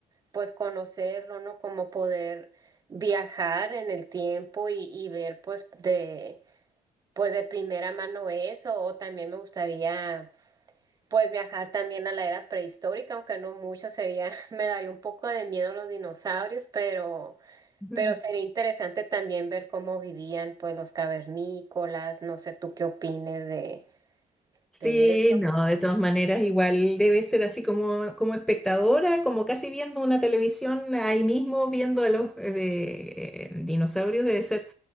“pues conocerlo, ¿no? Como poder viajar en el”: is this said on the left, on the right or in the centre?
Right